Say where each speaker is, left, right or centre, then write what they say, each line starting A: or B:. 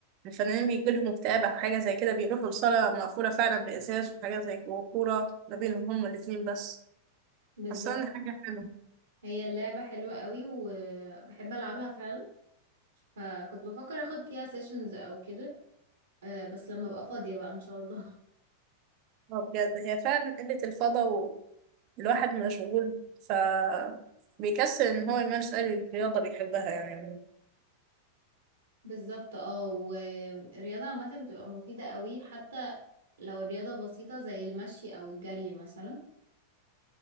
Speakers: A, on the right; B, on the right.
A: الفنانين بيجيلهم اكتئاب أو حاجة زي كده بيروحوا لصالة مقفولة فعلا بإزاز وحاجة زي كده، وكورة ما بينهم هما الاتنين بس
B: بالظبط
A: حاسة إن حاجة حلوة
B: هي اللعبة حلوة قوي وبحب ألعبها فعلا فكنت بفكر أخد فيها سيشنز أو كده آه، بس لما أبقى فاضية بقى إن شاء الله
A: اه بجد هي فعلا قلة الفضا والواحد مشغول ف بيكسل ان هو يمارس اي رياضه بيحبها يعني
B: <laughs> بالظبط اه والرياضة عامة بتبقى مفيدة قوي حتى لو الرياضة بسيطة زي المشي أو الجري مثلا